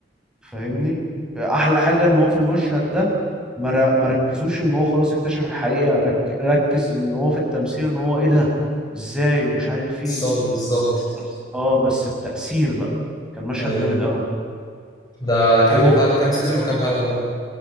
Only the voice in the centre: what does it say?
فاهمني احلى حاجة ان هو في المشهد ده ما ر- ما ركزوش ان هو خلاص اكتشف الحقيقة رك- ركز ان هو في التمثيل ان هو ايه ده ازاي ومش عارف ايه
بس اه بس بتأثير بقى كان مشهد
جامد قوي
هو